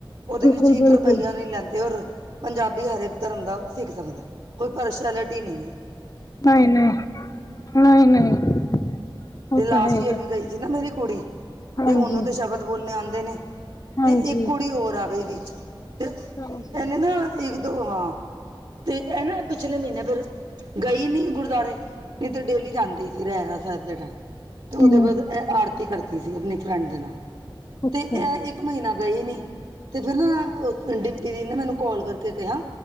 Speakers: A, on the right; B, on the left.
A: ਉਹਦੇ
B: ਬਿਲਕੁਲ
A: ਵਿੱਚ ਇੱਕ
B: ਬਿਲਕੁਲ
A: ਰੁਪਈਆ ਨਹੀਂ ਲੈਂਦੇ। ਔਰ ਪੰਜਾਬੀ ਹਰੇਕ ਧਰਮ ਦਾ ਸਿੱਖ ਸਕਦਾ। ਕੋਈ ਪਰਸ਼ੈਲਿਟੀ ਨੀ ਐ।
B: ਨਹੀਂ-ਨਹੀਂ, ਨਹੀਂ ਨਹੀਂ,
A: ਤੇ
B: ਉਹ
A: ਲਾਸਟ
B: ਤਾਂ ਹੈ ਹੀ
A: ਈਅਰ
B: ਹੈ
A: ਵੀ ਗਈ ਸੀ ਨਾ ਮੇਰੀ ਕੁੜੀ,
B: ਹਾਂਜੀ
A: ਤੇ ਉਹਨੂੰ ਤੇ ਸ਼ਬਦ ਬੋਲਣੇ ਆਂਦੇ ਨੇ।
B: ਹਾਂਜੀ
A: ਤੇ ਇੱਕ ਕੁੜੀ ਹੋਰ ਆ ਗਈ ਵਿੱਚ, ਤੇ
B: ਹਾਂਜੀ
A: ਇਹਨੇ ਨਾ ਇੱਕ-ਦੋ ਹਾਂ ਤੇ ਇਹ ਨਾ ਪਿਛਲੇ ਮਹੀਨੇ ਫਿਰ ਗਈ ਨੀ ਗੁਰਦੁਆਰੇ ਨਹੀਂ, ਤਾਂ ਡੇਲੀ ਜਾਂਦੀ ਸੀ। ਰਹਿ ਰਾ ਸਾਹਬ ਦੇ ਟਾਈਮ ਤੇ ਉਹਦੇ
B: ਹਮ
A: ਬਾਅਦ ਇਹ ਆਰਤੀ ਕਰਦੀ ਸੀ। ਆਪਣੀ ਫਰੈਂਡ ਦੇ ਨਾਲ
B: ਅੱਛਾ
A: ਤੇ ਇਹ ਇੱਕ ਇੱਕ ਮਹੀਨਾ ਗਈ ਨੀ। ਤੇ ਫਿਰ ਨਾ ਉਸ ਡੀਪੀ ਦੀਦੀ ਨੇ ਮੈਨੂੰ ਕਾਲ ਕਰਕੇ ਕਿਹਾ